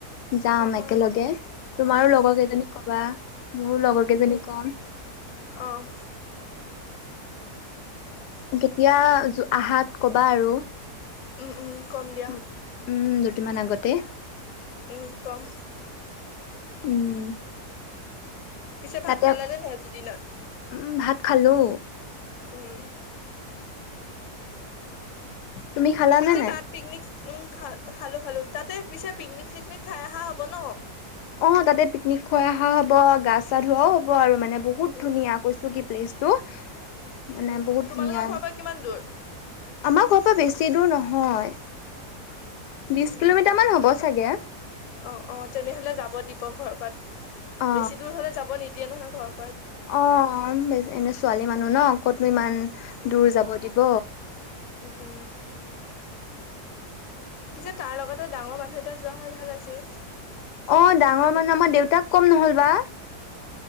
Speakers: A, on the left; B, on the left.
A: যাম
B: অ
A: একেলগে
B: অ
A: তোমাৰো
B: উম
A: লগৰ কেইজনীক কবা মোৰো লগৰ কেইজনী কম
B: আহ
A: উ কেতিয়া আহাত কবা আৰু
B: উম, উম কম দিয়া
A: দু উম দুটিমান আগতে
B: ই কম
A: উম
B: পিছে
A: তাতে
B: ভাত খালানে ন আজি দিনত
A: উম ভাত খালো
B: উম
A: তুমি খালানে
B: ততিছে
A: নাই
B: <unintelligible> তাত পিকনিক উম খা খালো খালো তাতে পিছে পিকনিক চিকনিক খাই অহা হ'ব ন
A: অ তাতে পিকনিক খুৱাই অহা হব গা চা ধোৱাও হ'ব আৰু মানে বহুত
B: উম
A: ধুনীয়া <unintelligible> মান
B: উম
A: বহুত
B: উম তোমালোকৰ
A: ধুনীয়া
B: ঘৰৰ পৰা কিমান দূৰ?
A: আমাৰ ঘ <unintelligible> বেছি দূৰ নহয় বিশ
B: উম
A: কিলোমিটাৰ মান হ'ব চাগে
B: অ অ তেনেহলে যাব দিব ঘৰ পাত
A: অ
B: বেছি দূৰ হলে যাব নিদিয়ে নহয় ঘৰ,
A: অ বে এনে ছোৱালী মানুহ ন ক'ত? আপ ইমান
B: উম
A: দূৰ যাব দিব।
B: উম পিছে তাৰ লগতে ডাঙৰ মানুহ এতিয়া যোৱা হয় ভাল আছিল।
A: অ ডাঙৰ
B: আমি
A: মানুহ আমাৰ দেউতাক কম নহল বা,